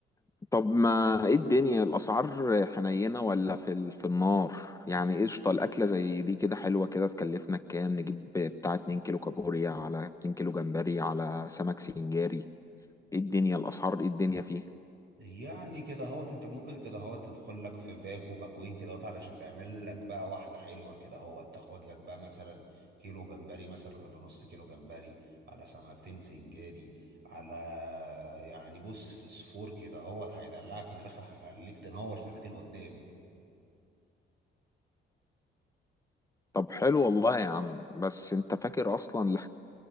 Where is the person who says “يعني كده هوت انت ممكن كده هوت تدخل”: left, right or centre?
Right